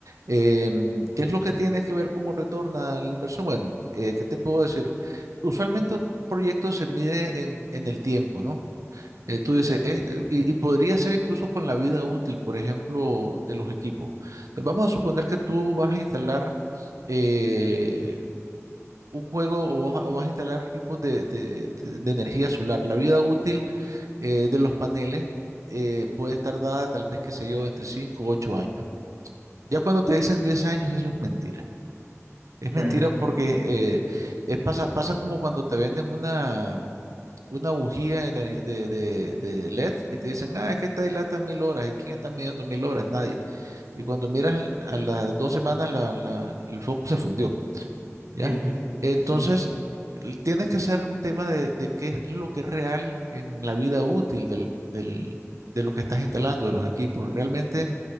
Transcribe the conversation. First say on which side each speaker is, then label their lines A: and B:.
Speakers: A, on the right; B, on the right.
A: Eh, ¿qué es lo que tienes que ver cómo retorna la inversión? Bueno, eh, ¿qué te puedo decir? Usualmente un proyecto se mide en, en el tiempo, ¿no? Eh, tú dices, eh, eh, y, y podría ser incluso con la vida útil, por ejemplo, de los equipos. Entonces, vamos a suponer que tú vas a instalar eh, un juego o vas, a o vas a instalar equipos de, de- de- de energía solar. La vida útil eh, de los paneles eh, puede estar dada tal vez, qué sé yo, entre 5 o 8 años. Ya cuando te dicen 10 años, eso es mentira. Es mentira
B: sí,
A: porque eh, es pasa, pasa como cuando te venden una, una bujía de, ener- de- de- de LED y te dicen, ah, es que esta dilata mil horas. ¿Y quién está midiendo mil horas? Nadie. Y cuando miras a las dos semanas, la- la- el foco se fundió. ¿ya?
B: sí,
A: Entonces,
B: sí, sí, sí.
A: l- tienes que hacer un tema de, de qué es lo que es real en la vida útil del, del- de lo que estás instalando, de los equipos. Realmente,